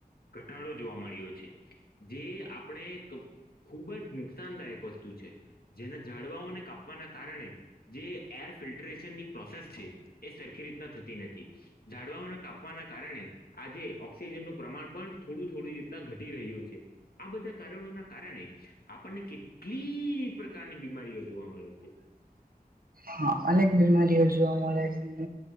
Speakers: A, on the left; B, on the right.
A: ઘટાડો જોવા મળ્યો છે. જે આપણે કં ખુબ જ નુકસાનદાયક વસ્તુ છે. જેના જાડવાઓને કાપવાના કારણે જે એર ફિલ્ટરેશનની પ્રોસેસ છે, એ સરખી રીતના થતી નથી. ઝાડવાઓના કાપવાના કારણે આજે ઓક્સિજનનું પ્રમાણ પણ થોડું થોડી રીતના ઘટી રહ્યું છે. આ બધા કારણોના કારણે આપણને કેટલીઈઈઈ પ્રકારની બીમારીઓ જોવા મળે છે.
B: હા, અનેક બીમારીઓ જોવા મળે છે.